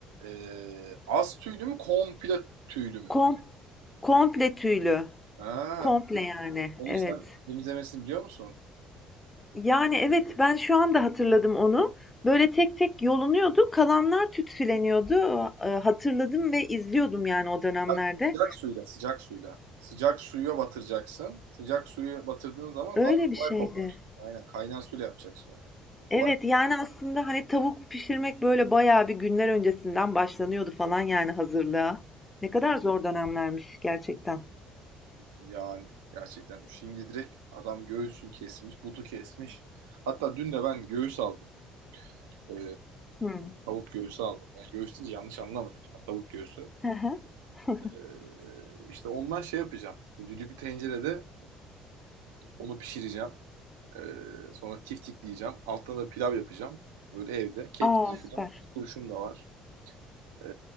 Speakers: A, on the right; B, on the left.
A: Ee, az tüylü mü? Komple tüylü mü?
B: Kom komple tüylü,
A: Ha,
B: komple yani,
A: onu
B: evet.
A: sen temizlemesini biliyor musun?
B: Yani, evet, ben şu anda hatırladım onu. Böyle tek tek yolunuyordu, kalanlar tütsüleniyordu. Eee, hatırladım ve izliyordum yani o dönemlerde.
A: Sıcak, sıcak suyla, sıcak suyla. Sıcak suya batıracaksın. Sıcak suyu batırdığın zaman
B: Öyle
A: daha
B: bir
A: kolay
B: şeydi.
A: kopar. Aynen kaynar suyla yapacaksın onu. Kolay
B: Evet yani aslında hani tavuk pişirmek böyle bayağı bir günler öncesinden başlanıyordu falan yani hazırlığa. Ne kadar zor dönemlermiş gerçekten.
A: yani gerçekten. Şimdi direkt adam göğsü kesmiş, butu kesmiş. Hatta dün de ben göğüs aldım. Ee,
B: Hmm.
A: tavuk göğsü aldım. Yani göğüs deyince yanlış anlamadım. Tavuk göğsü.
B: Hı hı. <laughs>
A: Ee, işte ondan şey yapacağım. Düdüklü tencerede onu pişireceğim. Ee, sonra tiftikleyeceğim. Altına da pilav yapacağım. Böyle evde. Ketçap
B: Aa süper.
A: falan. Turşum da var. Ee,